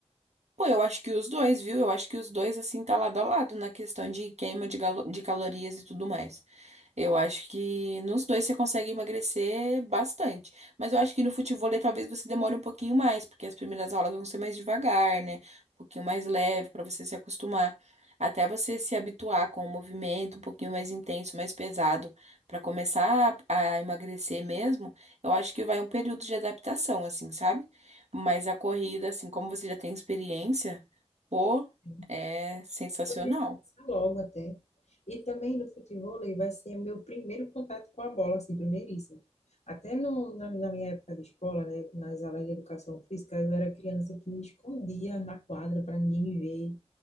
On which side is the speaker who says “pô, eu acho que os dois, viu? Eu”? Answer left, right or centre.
Right